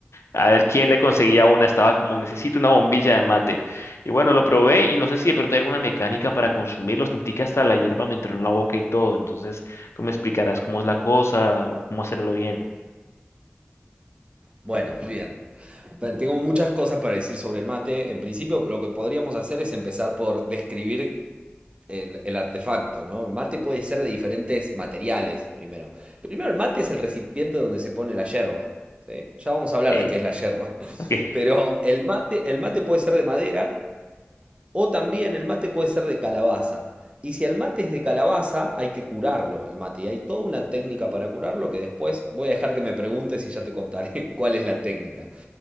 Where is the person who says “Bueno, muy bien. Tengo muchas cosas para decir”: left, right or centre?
Right